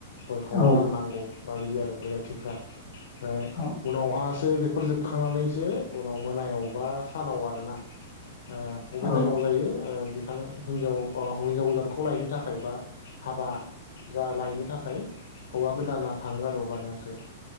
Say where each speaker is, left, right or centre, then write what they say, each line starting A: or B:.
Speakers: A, on the left; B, on the left.
A: गय खावना
B: औ
A: राननांगौ माबायदि आरो बैरथिफ्रा ओमफ्राय
B: औ
A: उनावहा जे बेफोर जोबखांनानैसो उनाव मोनायाव बा सानाव आरोना । ओ बबे
B: औ
A: टाइमाव जायो ओ बिथ बिथांङा ओ हिनजाव हिनजाव गोदानखौ लायनो थाखाय बा हाबा जा लायनो थाखाय हौवा गोदाना थाङो आरो अब्लानियासो ।